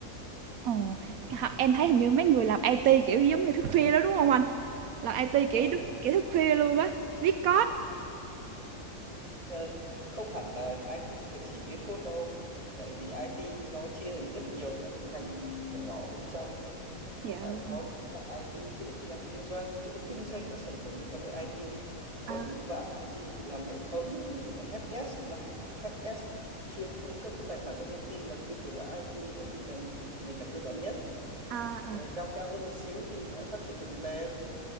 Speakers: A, on the right; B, on the right.
A: Ồ, họ em thấy hình như mấy người làm IT, kiểu, giống như thức khuya đó đúng không anh? Làm IT, kiểu,
B: Ờ,
A: đúng
B: cũng
A: kiểu thức khuya luôn á, viết code.
B: Ờ, không hẳn là IT là chỉ viết code đâu tại vì IT nó chia thành rất nhiều các ngành nhỏ nhỏ bên trong ấy
A: Dạ
B: Đấy,
A: vâng,
B: có những bạn IT thì lại đi làm kinh doanh tức là kinh doanh các sản phẩm liên quan đến IT có
A: à,
B: những bạn IT thì làm hệ thống helpdesk là à, helpdesk chuyên cung cấp các tài khoản trong công ty là cái thể loại IT gọi như là nền tảng cơ bản nhất
A: à,
B: Ờ,
A: à,
B: cao cao hơn một xíu thì gọi là phát triển phần mềm